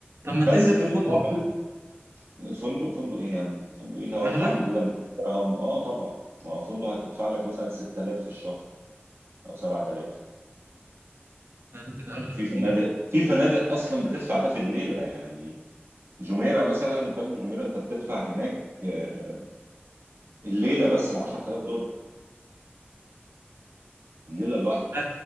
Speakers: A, on the right (about 75°); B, on the right (about 85°).
A: طب ما
B: بس
A: تنزل
B: في
A: في
B: المقابل
A: فندق
B: الفندق فندق ايه يا عم فندق ايه لو هدفع
A: أغلى؟
B: في الليله 200 درهم اه طبعا ما هو فندق هتدفع لك مثلا 6000 في الشهر او 7000
A: لا، ده كده أغلى
B: في
A: بكتير
B: فنادق في فنادق اصلا بتدفع ده في الليله يعني جميره مثلا بالم جميره انت بتدفع هناك آه، الليله بس ب 10000 دولار الليله الواحده
A: لا